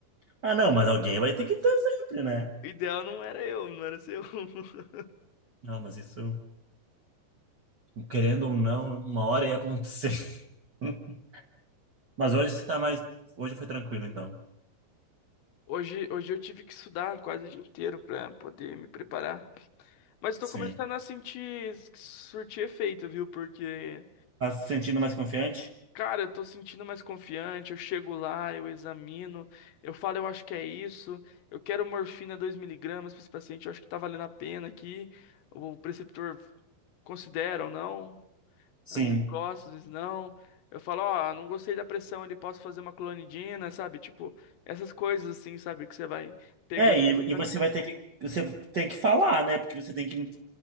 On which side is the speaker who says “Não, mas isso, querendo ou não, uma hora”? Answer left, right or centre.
Right